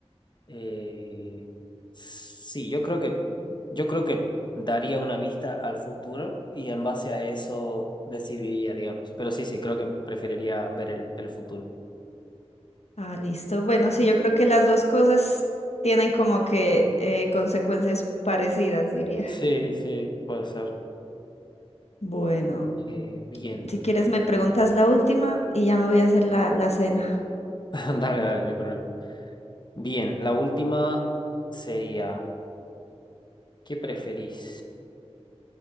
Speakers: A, on the left; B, on the left.
A: Eh, sí, yo creo que, yo creo que daría una vista al futuro y en base a eso decidiría, digamos. Pero sí, sí, creo que preferiría ver el, el futuro.
B: Ah, listo. Bueno, sí, yo creo que las dos cosas tienen como que eh, consecuencias parecidas, diría.
A: Sí, sí, puede ser.
B: Bueno,
A: Eh, bien,
B: si quieres me preguntas la última y ya me voy a hacer la, la cena.
A: <laughs> dale, dale, no hay problema. Bien, la última sería, ¿qué preferís?